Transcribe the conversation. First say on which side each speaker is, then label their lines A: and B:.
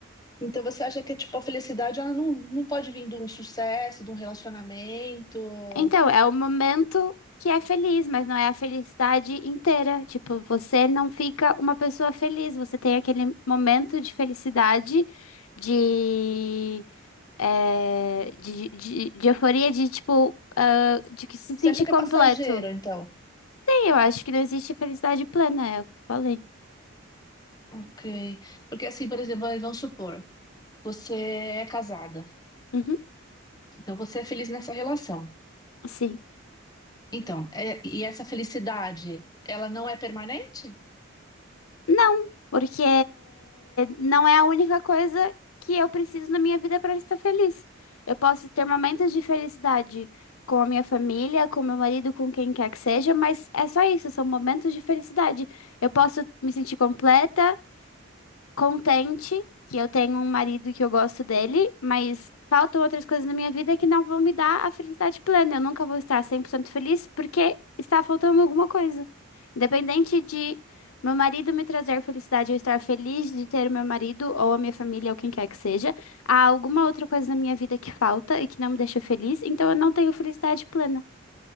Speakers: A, on the left (about 20°); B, on the left (about 80°).
A: Então você acha que tipo, a felicidade ela não, não pode vir de um sucesso, de um relacionamento?
B: Então, é o momento que é feliz, mas não é a felicidade inteira. Tipo, você não fica uma pessoa feliz, você tem aquele momento de felicidade, de é, de, de, de euforia, de tipo, ah, de que se
A: Você
B: sentir
A: acha que
B: completo.
A: é passageira, então?
B: Eu acho que não existe felicidade plena, é o que eu falei.
A: Ok. Porque assim, por exemplo, vai- vamos supor, você é casada,
B: Uhum,
A: então você é feliz nessa relação.
B: sim.
A: Então, é- e essa felicidade, ela não é permanente?
B: Não, porque não é a única coisa que eu preciso na minha vida para estar feliz. Eu posso ter momentos de felicidade com a minha família, com meu marido, com quem quer que seja, mas é só isso, são momentos de felicidade. Eu posso me sentir completa, contente que eu tenho um marido que eu gosto dele, mas faltam outras coisas na minha vida que não vão me dar a felicidade plena. Eu nunca vou estar 100% feliz porque está faltando alguma coisa. Independente de meu marido me trazer felicidade, eu estar feliz de ter o meu marido ou a minha família ou quem quer que seja, há alguma outra coisa na minha vida que falta e que não me deixa feliz, então eu não tenho felicidade plena.